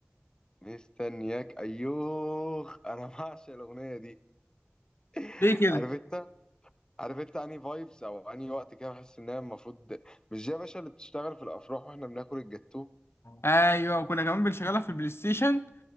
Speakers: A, on the left; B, on the left.
A: مستنياك ايوه انا بعشق الاغنيه دي <laughs>
B: ليه كده؟
A: عارف انت عارف انت اني فايبس او اني وقت كده بحس انها المفروض مش زي يا باشا اللي بتشتغل في الافراح واحنا بناكل الجاتوه
B: ايوه وكنا كمان بنشغلها في البلاي ستيشن